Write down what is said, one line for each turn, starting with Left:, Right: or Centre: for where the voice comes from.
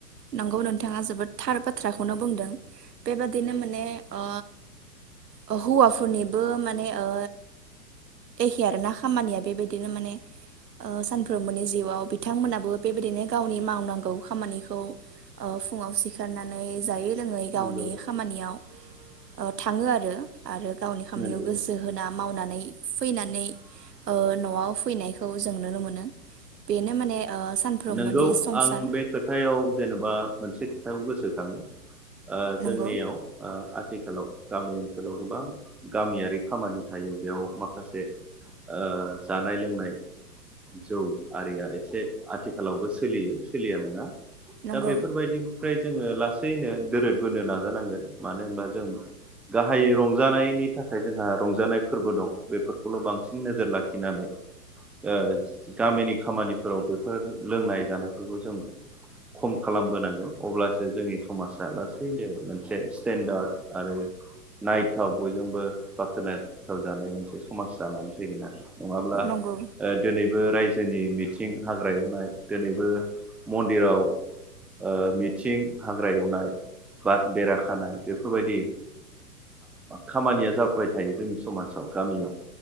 Right: नंगौ नोंथाङा जोबोद थार बाथ्राखौनो बुंदों बेबादिनो माने ओ ओ हौवाफोरनिबो माने ओ एखे आरोना। खामानिया बेबायदिनो माने ओ सानफ्रोमबोनि जिउआव बिथांमोनाबो बेबायदिनो गावनि मावनांगौ खामानिखौ ओ फुङाव सिखारनानै जायै लोङै गावनि
Centre: नंगौ
Right: खामानियाव ओ थाङो आरो। आरो गावनि खामानिखौ
Centre: नंगौ
Right: गोसो होना मावनानै फैनानै। ओ न'आव फैनायखौ जों नुनो मोनो बेनो माने ओ सानफ्रोमबोनि
Centre: नंगौ
Right: संसार
Centre: आं बे खोथायाव जेनेबा मोनसे थाखौ गोसोखाङो। ओ
Right: नंगौ
Centre: जोंनियाव ओ आथिखालाव गामि ओनसोलाव गोबां गामियारि खामानि थायो बेयाव माखासे ओ जानाय लोंनाय जौ आरिया एसे आथिखालावबो सोलियो सोलिया नङा।
Right: नंगौ
Centre: दा बेफोरबायदि फ्राय जोङो लासैनो दोरदबोनो नाजानांगोन मानो होनबा जों गाहायै रंजानायनि थाखाय जोंहा रंजानाय फोरबो दं बेफोरखौल' बांसिन नोजोर लाखिनानै ओ गामिनि खामानिफोराव बेफोर लोंनाय जानायफोरखौ जों खम खालामबोनांगोन अब्लासो जोंनि समाजा लासैनो मोनसे स्टेनडार्ड आरो नायथाव बयजोंबो बाख्नायजाथाव जानाय मोनसे समाज जानानै फैगोन आरो। नङाब्ला
Right: नंगौ
Centre: ओ दिनैबो रायजो जोंनि मिथिं हाग्रा एवनाय दिनैबो मन्दिराव ओ मिथिं हाग्रा एवनाय बा बेरा खानाय बेफोरबायदि खामानिया जाबाय थायो जोंनि समाजाव गामियाव